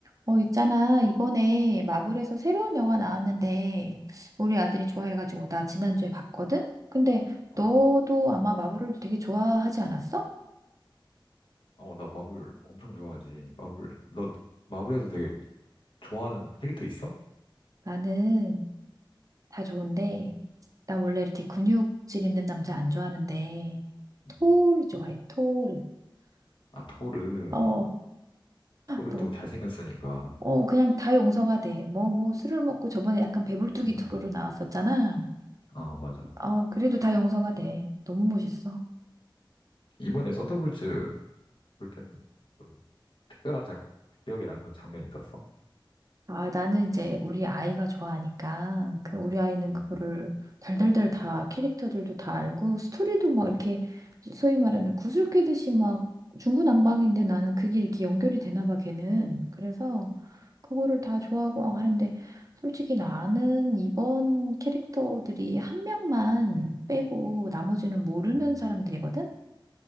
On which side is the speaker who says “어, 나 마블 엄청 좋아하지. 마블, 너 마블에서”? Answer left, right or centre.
Left